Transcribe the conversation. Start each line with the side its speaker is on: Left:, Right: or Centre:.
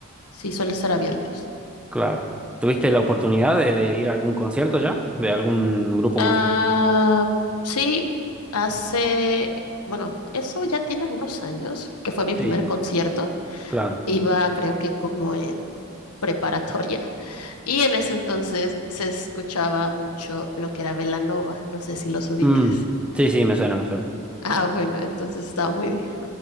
Left: sí suelen ser abiertos.
Centre: claro. ¿Tuviste la oportunidad de, de ir a algún concierto ya? ¿De algún grupo
Left: Ah,
Centre: musical?
Left: sí, hace, bueno, eso ya tiene algunos años, que fue mi
Centre: Sí,
Left: primer concierto.
Centre: claro.
Left: Iba creo que como en preparatoria y en ese entonces se escuchaba mucho lo que era Belanova, no sé si los ubicas.
Centre: Mm, sí, sí, me suena, me suena.
Left: Ah, bueno, entonces estaba muy,